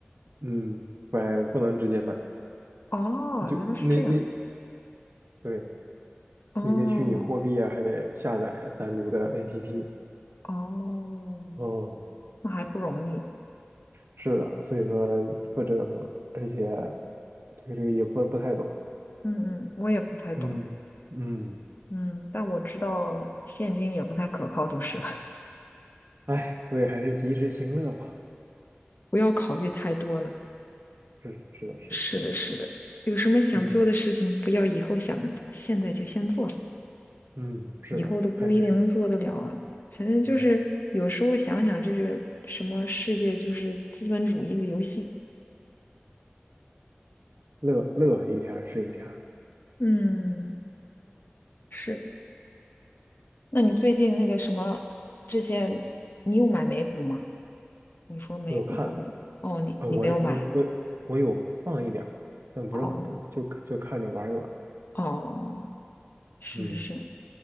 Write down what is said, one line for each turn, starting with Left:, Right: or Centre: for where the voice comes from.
Right: 嗯，买不能直接买。
Left: 哦，
Right: 就那那
Left: 原来是这样。
Right: 对
Left: 哦
Right: 那些虚拟货币啊，还得下载单独的 APP。
Left: 哦，
Right: 哦，
Left: 那还不容易。
Right: 是的，所以说不折腾了，而且这个这个也不不太懂。
Left: 嗯嗯，我也不太懂，
Right: 嗯，嗯
Left: 嗯，但我知道现金也不太可靠，就是了，<laughs>
Right: 哎，所以还是及时行乐吧。
Left: 不要考虑太多了。
Right: 是的，是的，是的，
Left: 是的，是的，有什么想做的事情，
Right: 嗯，
Left: 不要以后想着做，现在就先做了，
Right: 嗯是的，
Left: 以后都不一定能做得了了。
Right: 还可以，
Left: 反正就是有时候想想，
Right: 嗯，
Left: 这个什么世界就是资本主义的游戏。
Right: 乐乐一天儿是一天儿
Left: 嗯，是。那你最近那个什么这些，你有买美股吗？你说美股过的，
Right: 我有看，
Left: 哦，你你没有买，
Right: 呃，我我我我有放一点儿但不是很多，
Left: 哦
Right: 就看就看着玩一玩。
Left: 哦。是是是，
Right: 嗯